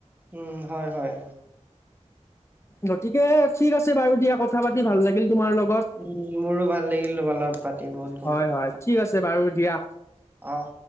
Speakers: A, on the right (about 15°); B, on the left (about 25°).
A: উম, হয় - হয়।
B: গতিকে ঠিক আছে বাৰু দিয়া কথা পাতি ভাল লাগিল তোমাৰ লগত।
A: উম, মোৰো ভাল লাগিল তোমাৰ লগত। পাতি বহুত গম
B: হয়-
A: পালোঁ
B: হয় ঠিক আছে বাৰু দিয়া।
A: অ',